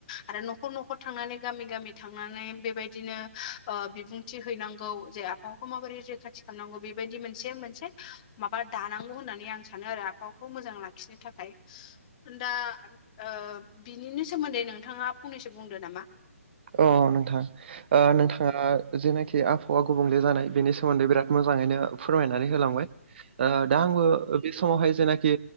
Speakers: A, on the left; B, on the right.
A: आरो न'खर न'खर थांनानै गामि गामि थांनानै बेबायदिनो ओ बिबुंथि हैनांगौ जे आबहावा माबोरै रैखाथि खालामांगौ बेबायदि मोन मोन मोनसे माबा दानांगौ होननानै आं सानो आरो आबहावाखौ मोजां लाखिनो थाखाय दा ओ बिनिनो सोमोन्दै नोंथाङा फंनैसो बुंदो नामा?
B: अ नोंथां ओ
A: उम
B: नोंथाङा जेनाखि आबावा गुबुंले जानाय बेनि सोमोन्दै बिराद मोजाङैनो फोरमायनानै होलांबाय दा
A: औ
B: आंबो बे समावहाय जेनाखि